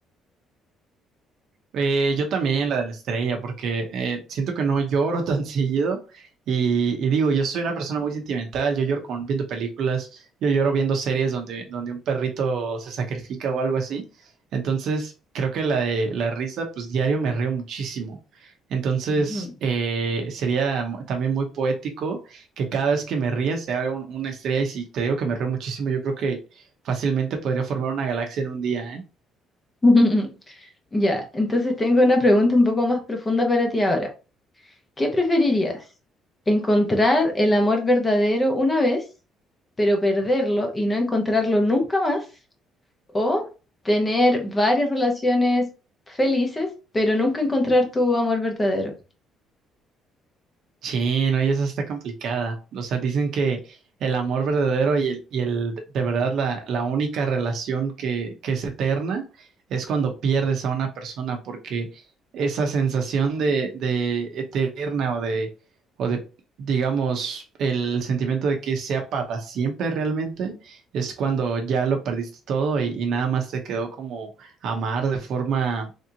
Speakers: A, on the right; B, on the left.
A: Eh, yo también, la de la estrella, porque eh, siento que no lloro tan <laughs> seguido. Y, y digo, yo soy una persona muy sentimental, yo lloro con, viendo películas, yo lloro viendo series donde, donde un perrito se sacrifica o algo así. Entonces, creo que la de la risa, pues diario me río muchísimo. Entonces,
B: Ujú.
A: eh, sería mu- también muy poético que cada vez que me ría se haga un- una estrella. Y si te digo que me río muchísimo, yo creo que fácilmente podría formar una galaxia en un día, ¿eh?
B: <laughs> Ya, entonces tengo una pregunta un poco más profunda para ti ahora. ¿Qué preferirías? ¿Encontrar el amor verdadero una vez, pero perderlo y no encontrarlo nunca más? ¿O tener varias relaciones felices, pero nunca encontrar tu amor verdadero?
A: Sí, no, y esa está complicada. O sea, dicen que el amor verdadero y el, y el de verdad la, la única relación que, que es eterna es cuando pierdes a una persona, porque esa sensación de, de eterna o de, o de, digamos, el sentimiento de que sea para siempre realmente, es cuando ya lo perdiste todo y, y nada más te quedó como amar de forma